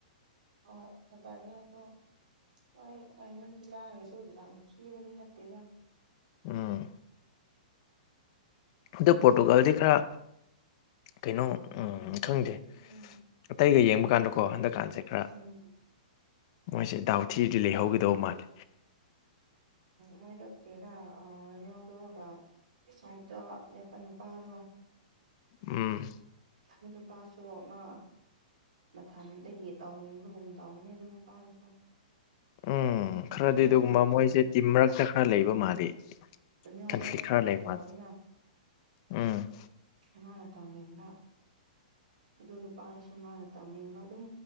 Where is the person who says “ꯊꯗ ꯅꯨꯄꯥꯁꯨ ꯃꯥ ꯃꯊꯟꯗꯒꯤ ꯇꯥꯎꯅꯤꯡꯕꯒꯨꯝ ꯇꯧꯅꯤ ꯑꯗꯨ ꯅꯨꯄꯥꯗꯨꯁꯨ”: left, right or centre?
Right